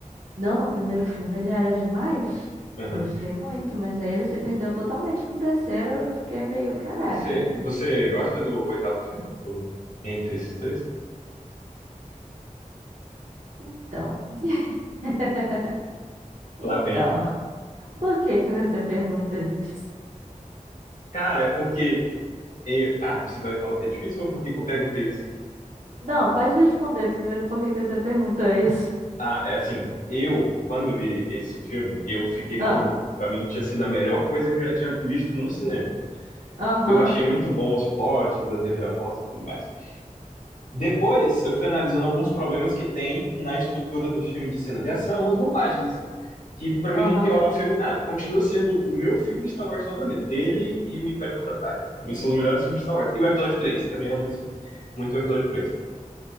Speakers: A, on the right; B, on the left.
A: não, no primeiro filme ele era demais.
B: Aham.
A: Gostei muito, mas aí ele se perdeu totalmente no terceiro. Eu fiquei meio, caraca.
B: Você, você gosta do oitavo filme? O- entre esses dois?
A: Então. <laughs> Então,
B: Lá vem.
A: por que que você pergunta isso?
B: Cara, é porque. Eu, ah, você vai falar porque é difícil ou por que que eu perguntei isso?
A: Não, pode responder primeiro por que que você perguntou isso.
B: Ah, é assim. Eu, quando vi esse filme, eu fiquei maluco.
A: Ah,
B: Pra mim, tinha sido a melhor coisa que eu já tinha visto no cinema.
A: aham,
B: Eu achei muito bom os plots, as reviravoltas e tudo mais. Depois eu fui analisando alguns problemas que tem na estrutura do filme de cena de ação, umas bobagens assim, que pra mim
A: aham,
B: não pioram o filme em nada. Continua sendo o meu filme de Star Wars favorito. Ele e o Império Contra-Ataque. Pra mim são os melhores filmes de Star Wars. E o episódio 3 também amo esse- muito o episódio 3.